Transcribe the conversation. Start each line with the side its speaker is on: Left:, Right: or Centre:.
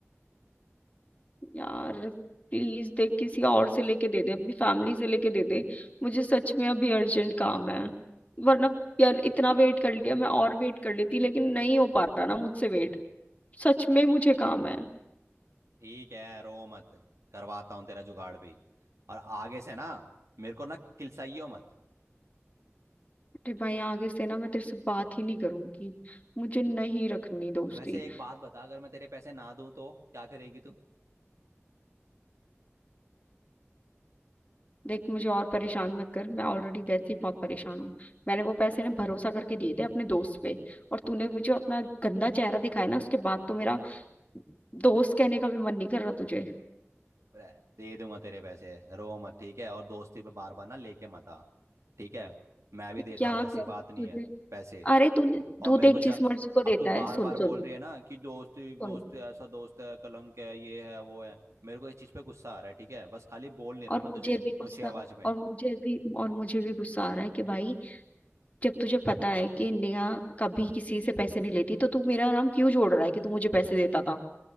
Left: यार प्लीज देख किसी और से लेके दे दे अपनी फैमिली से लेके दे दे मुझे सच में अभी अर्जेंट काम है वरना यार इतना वेट कर लिया मैं और वेट कर लेती लेकिन नहीं हो पा रहा ना मुझसे वेट सच में मुझे काम है
Right: ठीक है रो मत करवाता हूँ तेरा जुगाड़ भी और आगे से ना मेरे को ना किलसाइयो मत
Left: अरे भाई आगे से ना मैं तेरे से बात ही नहीं करूंगी मुझे नहीं रखनी दोस्ती
Right: वैसे एक बात बता अगर मैं तेरे पैसे ना दूं तो क्या करेगी तू
Left: देख मुझे और परेशान मत कर मैं ऑलरेडी वैसे ही बहुत परेशान हूँ मैंने वो पैसे ना भरोसा करके दिए थे अपने दोस्त पे और तूने वो जो अपना गंदा चेहरा दिखाया ना उसके बाद तो मेरा दोस्त कहने का भी मन नहीं कर रहा तुझे
Right: रह, दे दूंगा तेरे पैसे रो मत ठीक है और दोस्ती पे बार बार ना लेके मत आ ठीक है मैं भी
Left: तो
Right: देता
Left: क्या
Right: हूँ ऐसी
Left: कर
Right: बात नहीं
Left: तुझे
Right: है पैसे
Left: अरे तू
Right: और
Left: तू
Right: मेरे
Left: देख
Right: को जा
Left: जिस मर्जी को
Right: अब
Left: देता
Right: तू बार
Left: है सुन
Right: बार
Left: सुन
Right: बोल रही है ना कि दोस्त
Left: सुन
Right: दोस्त ऐसा दोस्त है कलंक है ये है वो है मेरे को इस चीज पे गुस्सा आ रहा है ठीक है बस खाली बोल नहीं रहा
Left: और
Right: मैं तुझे
Left: मुझे भी
Right: ऊंची
Left: गुस्सा
Right: आवाज में
Left: और मुझे भी और मुझे भी गुस्सा आ रहा है कि भाई जब तुझे पता है कि नेहा कभी किसी से पैसे नहीं लेती तो तू मेरा नाम क्यों जोड़ रहा है कि तू मुझे पैसे देता था